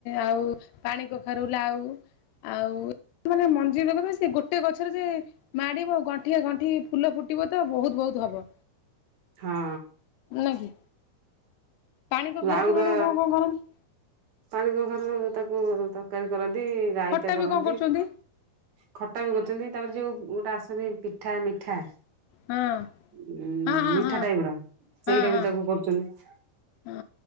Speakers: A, on the left; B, on the right.
A: ଆଉ ପାଣି କଖାରୁ, ଲାଉ ଆଉ ମାନେ ମଞ୍ଜି ଲଗାନ୍ତି ସେ ଗୋଟେ ଗଛରେ ଯେ ମାଡିବ ଗଣ୍ଠିଆ ଗଣ୍ଠି ଫୁଲ ଫୁଟିବ ତ ବହୁତ ବହୁତ ହବ।
B: ହଁ
A: ନାଁ କି, ପାଣି କଖାରୁକୁ
B: ଲାଉଟା
A: ମାଡାମ କଣ କଣ କରନ୍ତି?
B: ପାଣି କଖାରୁ ତାକୁ ତରକାରୀ କରନ୍ତି ରାଇତା
A: ଖଟା ବି
B: କରନ୍ତି।
A: କଣ କରୁଛନ୍ତି?
B: ଖଟା ବି କରୁଛନ୍ତି ତାପରେ ଯୋଉ ଗୋଟେ ଆସେନି ପିଠା ମିଠା।
A: ହଁ
B: ଉଁ
A: ହଁ ହଁ
B: ମିଠା
A: ହଁ
B: ଟାଇପ୍ ର ସେଇଟା
A: ହଁ ହଁ
B: ବି ତାକୁ କରୁଛନ୍ତି।
A: ହଁ,